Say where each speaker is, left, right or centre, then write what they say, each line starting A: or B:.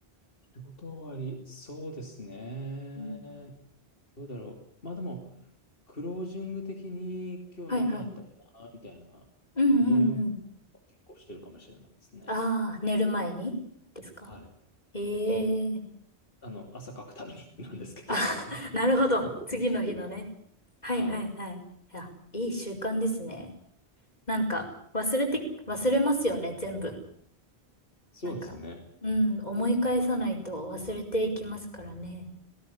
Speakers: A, on the left; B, on the left.
A: 仕事終わり、そうですね。
B: うん
A: どうだろう。まあでも、クロージング的に今日何あったかな、
B: はいはい。
A: みたいな思いを
B: うんうんうん。
A: 結構してるかもしれないですね。
B: ああ、寝る前にですか
A: はい。
B: ええ
A: あの、朝書くために <laughs> なんですけど。
B: あ、<laughs> なるほど。
A: 思い出してるから
B: 次の日のね。はいはいはい。
A: はい。
B: いや、いい習慣ですね。なんか、忘れて、忘れますよね、全部。
A: そうなんですよね。
B: なんか、うん、思い返さないと忘れていきますからね。